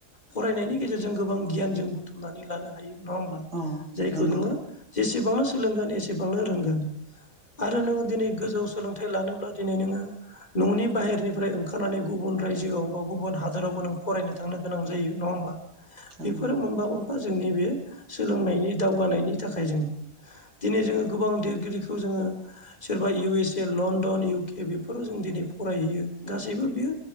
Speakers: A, on the left (about 25°); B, on the right (about 90°).
A: फरायनायनि गेजेरजों गोबां गियान जों बुथुमनानै लानो हायो नङा होमब्ला
B: औ
A: जायखौ
B: नंगौ
A: नोङो जेसेबांनो सोलोंगोन एसेबांनो रोंगोन। आरो नोङो दिनै गोजौ सोलोंथाइ लानोब्ला दिनै नोङो न'नि बाहेर निफ्राय ओंखारनानै गुबुन रायजोआव बा गुबुन हादरावबो नों फरायनो थांनो गोनां जायो नङा होमबा।
B: नंगौ
A: बेफोरो मोनबा-मोनफा जोंनि बे सोलोंनायनि दावगानायनि थाखाय जों दिनै जोङो गोबां लिरगिरिखौ जोङो सोरबा U S A London U K बेफोराव जों दिनै फरायहैयो गासैबो बियो